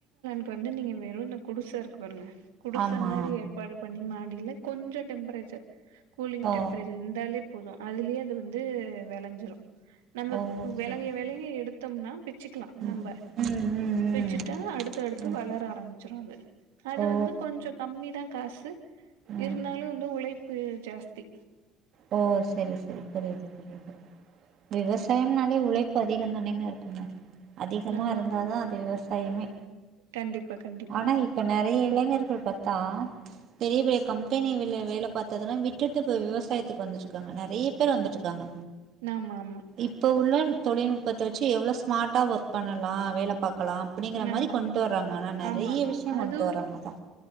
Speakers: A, on the right; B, on the right.
A: ட்டு வந்து நீங்க வெறு இந்த குடிசருக்கு பாருங்க குடிச
B: ஆமா
A: மாரி ஏற்பாடு பண்ணி மா இல்ல கொஞ்சொ டெம்பரேச்சர் கூலிங்
B: ஓ
A: டெம்பரேச்சர் இர்ந்தாலே போது அதுலயே அது வந்து வெளஞ்சிரு நம்ம
B: ஓ
A: வெளவி
B: சரி சரி
A: வெளகி எடுத்தம்னா பிச்சுக்கலா
B: ம்
A: நம்ப
B: ம் ம்
A: பிச்சுட்டா
B: ம்
A: அடுத்தடுத்து
B: ம்
A: வளர ஆரம்பிச்சுரு அது அது
B: ஓ
A: வந்து கொஞ்சொ கம்மிதா காசு இருந்தாலு
B: ம்
A: வந்து உழைப்பு ஜாஸ்தி
B: ஓ செரி செரி புரியுது புரியுது விவசாயம்னாலே உழைப்பு அதிகந்தானேங்க இருக்கணு அதிகமா
A: ஆமா
B: இருந்தாதா
A: ஆமா
B: அது விவசாயமே
A: கண்டிப்பா கண்டிப்பா
B: ஆனா இப்ப நெறைய இளைஞர்கள் பாத்தா பெரிய பெ கம்பெனிவில வேல பாத்ததல்லா விட்டுட்டு ப்ப விவசாயத்துக்கு வந்துட்ருக்காங்க நெறைய பேர் வந்துட்ருக்காங்க.
A: ஆமா ஆமா
B: இப்ப உள்ள தொழில்நுட்பத்த வச்சு எவ்ளோ ஸ்மார்ட்டா ஒர்க் பண்ணலா வேல பாக்கலா அப்புடிங்கிற மாரி
A: ஆமா
B: கொண்டு வர்றாங்க ஆனா நெறைய
A: ஆமா
B: விஷயம்
A: அது
B: கொண்டு வர்றாங்கதா